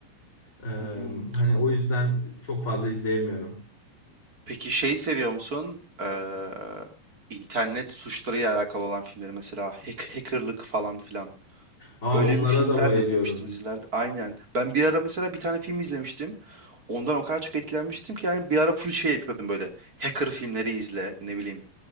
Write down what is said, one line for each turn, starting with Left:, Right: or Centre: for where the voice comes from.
Left: Ee,
Right: Hı hı.
Left: hani o yüzden çok fazla izleyemiyorum.
Right: Peki şey seviyor musun? Eee, internet suçlarıyla alakalı olan filmleri mesela hack, hackerlık falan filan.
Left: Aa
Right: Öyle
Left: onlara
Right: bir filmler
Left: da bayılıyorum.
Right: de izlemiştim dizilerde. Aynen. Ben bir ara mesela bir tane film izlemiştim. Ondan o kadar çok etkilenmiştim ki yani bir ara full şey yapıyordum böyle. Hacker filmleri izle, ne bileyim,